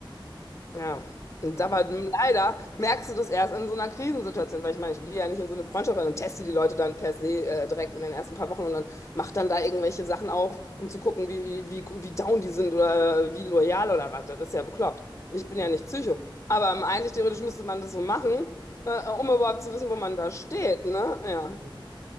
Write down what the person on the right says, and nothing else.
Ja,
ja,
ja,
ja.